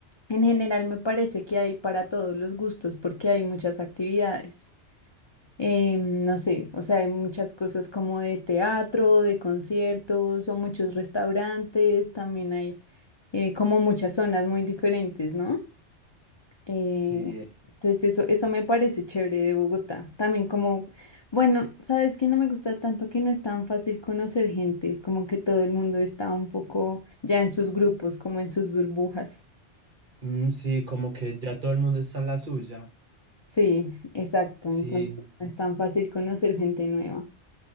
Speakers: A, on the left; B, on the right.
A: En general me parece que hay para todos los gustos porque hay muchas actividades. Em, no sé, o sea, hay muchas cosas como de teatro, de conciertos o muchos restaurantes, también hay eh, como muchas zonas muy diferentes, ¿no? Eh,
B: Sí,
A: entonces eso, eso me parece chévere de Bogotá. También como, bueno, sabes que no me gusta tanto que no es tan fácil conocer gente, como que todo el mundo está un poco ya en sus grupos, como en sus burbujas.
B: mm, sí, como que ya todo el mundo está en la suya.
A: Sí, exacto.
B: Sí,
A: Entonces no es tan fácil conocer gente nueva.